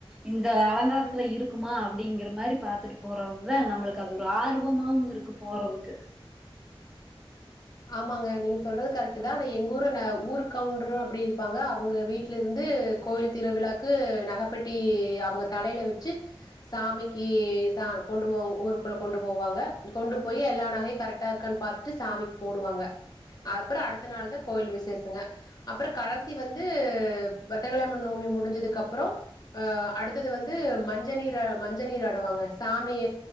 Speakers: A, in the centre; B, on the left.
A: இந்த அலங்காரத்துல இருக்குமா அப்டிங்கற துமாரி பாத்துட்டு போறதுதா நம்மளுக்கு அது ஒரு ஆர்வமாவு இருக்கு போறதுக்கு
B: ஆமாங்க நீங்க சொல்றது கரெக்ட்டு தா ஆனா எங்க ஊரு ந ஊரு கவுண்ட்ரு அப்டி இருப்பாங்க அவுங்க வீட்ல இருந்து கோவில் திருவிழாக்கு நகைப்பெட்டி அவுங்க தலைல வச்சு சாமிக்கு சா கொண்டு போவாங்க ஊருக்குள்ள கொண்டு போவாங்க கொண்டு போய் எல்லா நகையு கரெக்டா இருக்கான் பாத் ட்டு சாமிக்கு போடுவாங்க அதுப்ற அடுத்த நாள் தா கோயில் விசேஷங்க அப்றோ கடைசி வந்து பத்தரகலாமன் நோமி முடிஞ்சதுக்கு அப்றோ ஆ அடுத்தது வந்து மஞ்ச நீர மஞ்ச நீர் ஆடுவாங்க சாமிய